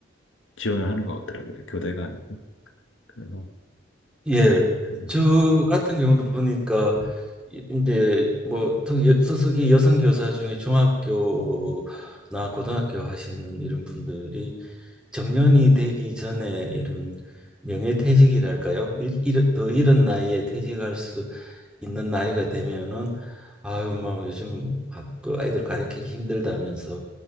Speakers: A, on the left; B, in the centre.
A: 지원을 하는 것 같더라고요. 교대가 아니고. 그래서
B: 예,
A: 예.
B: 저 같은 경우도 보니까 이- 이제 뭐 특히 여- 소속이 여성 교사 중에 중학교나 고등학교 하시는 이런 분들이 정년이 되기 전에 이런 명예퇴직이랄까요? 일, 일, 더 이른 나이에 퇴직할 수 있는 나이가 되면은 아유 뭐 요즘 학- 그 아이들 가르치기 힘들다면서